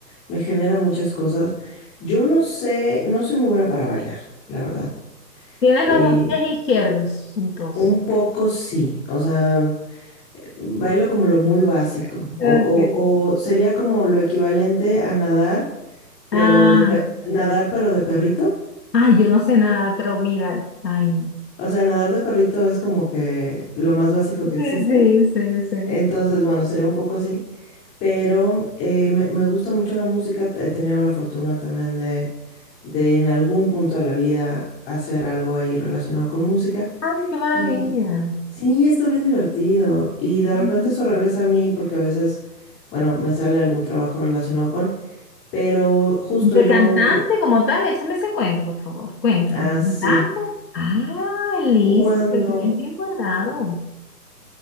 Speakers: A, on the left; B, on the left.
A: me genera muchas cosas. Yo no sé, no soy muy buena para bailar, la verdad.
B: Tienes
A: Y
B: los dos pies izquierdos, entonces.
A: un poco sí, o sea, bailo como lo muy básico,
B: Ok.
A: o, o o sería como lo equivalente a nadar, pero
B: Ah,
A: de pe- nadar pero de perrito.
B: ay, yo no sé nada, pero mira, ay, no.
A: O sea, nadar de perrito es como que lo más básico
B: Sí,
A: que existe.
B: sí, sí, sí.
A: Entonces, bueno, sería un poco así. Pero eh, me, me gusta mucho la música. He tenido la fortuna también de, de en algún punto de la vida hacer algo ahí relacionado con música.
B: Ay, qué maravilla.
A: Y sí, está bien divertido. Y de repente
B: Ah,
A: eso regresa a mí porque a veces, bueno, me sale algún trabajo relacionado con. Pero justo
B: De
A: yo,
B: cantante
A: cre-
B: como tal, échame ese cuento, por favor. Cuéntame.
A: ah,
B: ¿Cantante?
A: sí.
B: Ah, Liz,
A: Cuando
B: lo tenías bien guardado.